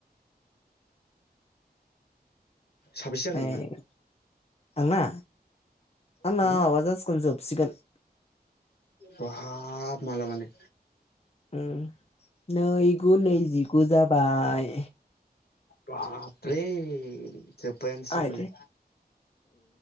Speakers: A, on the left; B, on the left.
A: साबेसे जागोन
B: उम आंना
A: नोंना
B: आंना माबा सखु जोबसिगोन।
A: बाब माला बानो।
B: उम नैगु नैजिगु जाब बाय
A: बाबरे जपायानोसिमलाय।
B: आयदै